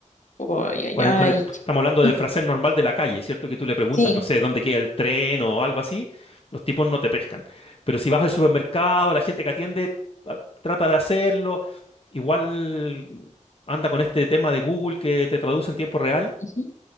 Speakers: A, on the left; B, on the left.
A: Ay, ay,
B: Con
A: ay.
B: el- con el- estamos hablando del
A: Ujú.
B: francés normal de la calle, ¿cierto? Que tú le preguntas,
A: Sí.
B: no sé, dónde queda el tren o algo así, los tipos no te pescan. Pero si vas al supermercado, la gente que atiende ah, trata de hacerlo. Igual anda con este tema de Google que te traduce en tiempo real
A: ujú.